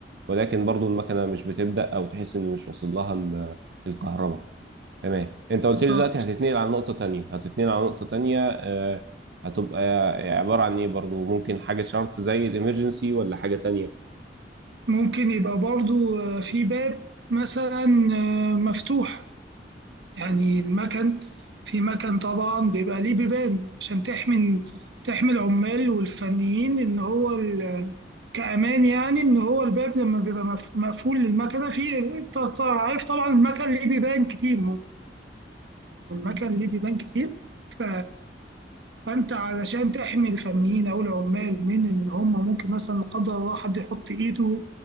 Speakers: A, on the right; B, on the right.
A: ولكن برضه المكنه مش بتبدا او تحس ان مش واصل لها ال- الكهرباء تمام انت قلت
B: بالظبط
A: لي دلوقتي هتتنقل على نقطة تانية هتتنقل على نقطة تانية آه، هتبقى عبارة عن ايه برضو ممكن حاجة شرط زي الامرجنسي ولا حاجة تانية
B: ممكن يبقى برضه آه، في باب مثلا آه، مفتوح يعني المكن في مكن طبعا بيبقى ليه بيبان عشان تحمي تحمي العمال والفنيين ان هو ال- كأمان يعني ان هو الباب لما بيبقى مف- مقفول للمكنه في ط- ط- عارف طبعا المكن ليه بيبان كتير المكن ليه ديبان كتير ف... فانت علشان تحمي الفنيين او العمال من ان هم ممكن مثلا لا قدر الله حد يحط ايده